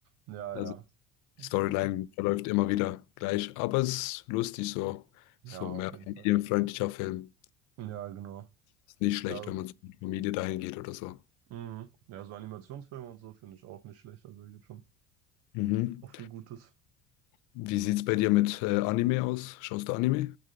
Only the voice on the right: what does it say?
Ja,
ja,
das
stimmt schon.
Ja,
auf jeden
Fall.
Ja, genau.
Ja,
Mhm. Ja, so Animationsfilme und so finde ich auch nicht schlecht. Also, da gibt schon
auch viel Gutes.